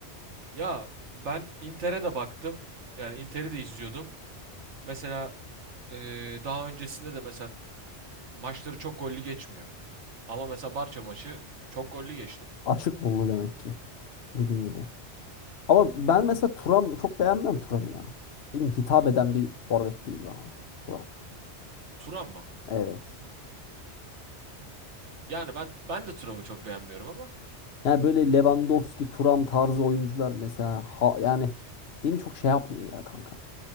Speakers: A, on the right (about 80°); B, on the left (about 65°).
A: Ya ben Inter'e de baktım. Yani Inter'i de izliyordum. Mesela eee, daha öncesinde de mesela maçları çok gollü geçmiyor. Ama mesela Barça maçı çok gollü geçti.
B: Açık buldu demek ki dediğin gibi. Ama ben mesela Turan çok beğenmem Turan'ı ya. Benim hitap eden bir forvet değil bana. Turan.
A: Turan mı?
B: Evet.
A: Yani ben ben de Turan'ı çok beğenmiyorum ama
B: Yani böyle Lewandowski, Thuram tarzı oyuncular mesela ha, yani beni çok şey yapmıyor ya kanka.